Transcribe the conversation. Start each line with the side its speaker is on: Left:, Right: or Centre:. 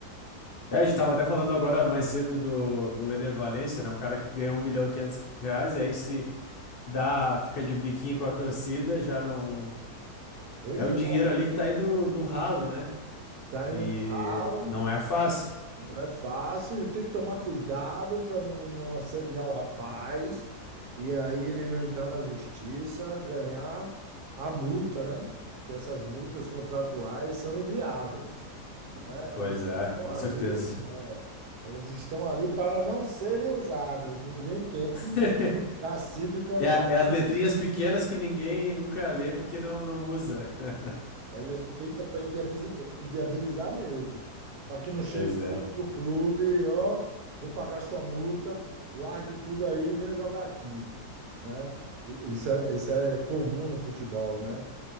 Left: É, a gente tava até falando agora mais cedo do, do Ener Valencia, né? Um cara que ganhou um milhão e 500 reais e aí se dá, fica de biquinho com a torcida, já não...
Right: Pois
Left: É o
Right: é,
Left: dinheiro ali que tá indo no ralo, né?
Right: tá
Left: E
Right: indo no ralo,
Left: não é fácil.
Right: não é fácil, e tem que tomar cuidado para não, não assediar o rapaz, e aí ele não entrar na justiça, ganhar a multa, né? Porque essas multas contratuais são inviáveis. né? Elas
Left: Pois é,
Right: estão
Left: com
Right: ali,
Left: certeza.
Right: é, elas estão ali para não serem usadas. Ninguém tem
Left: <laughs>
Right: cacife para
Left: É,
Right: usar.
Left: a- é
Right: essa-
Left: as letrinhas pequenas que ninguém nunca lê porque não, não usa. <laughs>
Right: Ela é feita para inviabilizar, inviabilizar mesmo, para que não chegue
Left: Pois é.
Right: outro clube, ó, vou pagar sua multa, largue tudo aí e venha jogar aqui, né? E- Isso é, isso é comum no futebol, né?